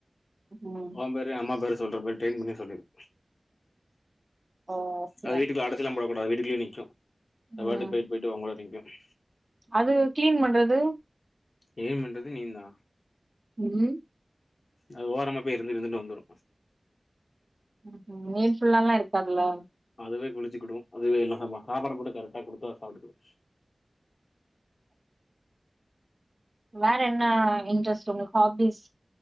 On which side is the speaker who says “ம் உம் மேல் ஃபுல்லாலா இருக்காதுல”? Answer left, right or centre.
Right